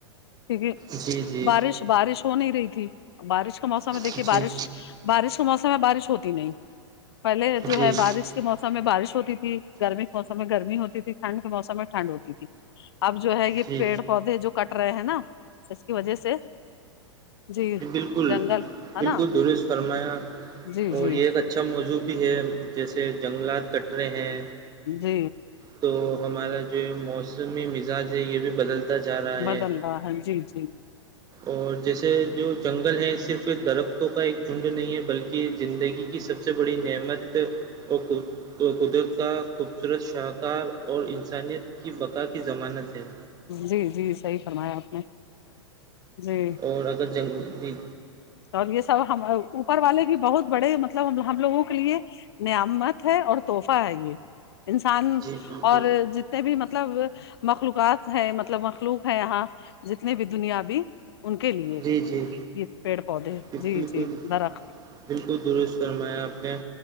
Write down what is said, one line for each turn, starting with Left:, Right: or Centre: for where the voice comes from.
Left: کیونکہ
Right: جی
Left: بارش بارش ہو نہیں رہی تھی بارش کا موسم
Right: جی
Left: ہے دیکھیے بارش
Right: جی
Left: بارش کا موسم ہے بارش ہوتی نہیں پہلے جو
Right: جی
Left: ہے بارش کے موسم میں بارش ہوتی تھی گرمی کے موسم میں گرمی ہوتی تھی ٹھنڈ کے موسم میں ٹھنڈ ہوتی تھی اب جو ہے یہ
Right: جی
Left: پیڑ پودے جو کٹ رہے ہیں نا اس کی وجہ سے جی
Right: ج بالکل
Left: جنگل ہے
Right: بالکل
Left: نا
Right: درست فرمایا
Left: جی
Right: اور
Left: جی
Right: یہ اچا اچھا موضوع بھی ہے جیسے جنگلات کٹرے ہیں
Left: جی
Right: تو ہمارا جو موسمی مزاج ہے یہ بھی بدلتا جا رہا
Left: بدل
Right: ہے
Left: رہ ہاں جی جی
Right: اور جیسے جو جنگل ہے صرف درختوں کا ایک جھنڈ نہیں ہے بلکہ زندگی سب سے بڑی نعمت اور قدرت کا خوبصورت شاہکار اور انسانیت کی بقا کی ضمانت ہے
Left: جی جی صحیح فرمایا آپ نے جی
Right: اور اگر جنگ ج
Left: تو یہ سب ہم اوپر والے بھی بہت بڑے مطلب ہم لوگوں کے لیے نعمت ہے اور تحفہ ہے یہ انسان
Right: جی بالکل
Left: اور جتنے بھی مطلب مخلوقات ہے مطلب مخلوق ہے یہاں جتنے بھی دنیا بھی ان کے لیے
Right: جی جی
Left: یہ پیڑ پودے
Right: بالکل
Left: جی جی درخت
Right: بالکل درست سرمایا اپپ نے